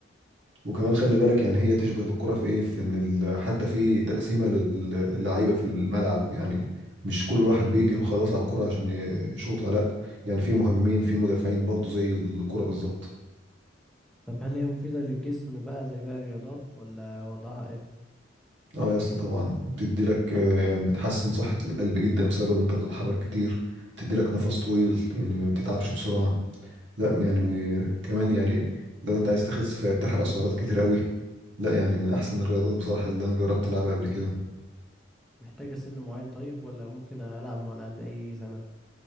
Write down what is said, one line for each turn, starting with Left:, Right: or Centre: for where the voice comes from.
Right: وكمان خلي بالك يعني هي تشبه الكرة في ايه في ان ال- حتى في تقسيمة للعيبة في الملعب يعني مش كل واحد بيجري وخلاص على الكرة عشان ي- يشوطها لا يعني في مهاجمين في مدافعين برضو زي الكرة بالظبط
Centre: طب هل هي مفيده للجسم بقى زي باقي الرياضات ولا وضعها ايه
Right: اه يا اسطى طبعا بتدي لك آه، يعني بتحسن صحة القلب جدا بسبب ان انت بتتحرك كتير بتدي لك نفس طويل يعني ما بتتعبش بسرعة لا يعني كمان يعني لو انت عايز تخس فهي بتحرق سعرات كتير قوي لا يعني من احسن الرياضات بصراحة اللي انا جربت العبها قبل كده
Centre: محتاجه سن معين طيب ولا ممكن العبها وانا عندي اي سنه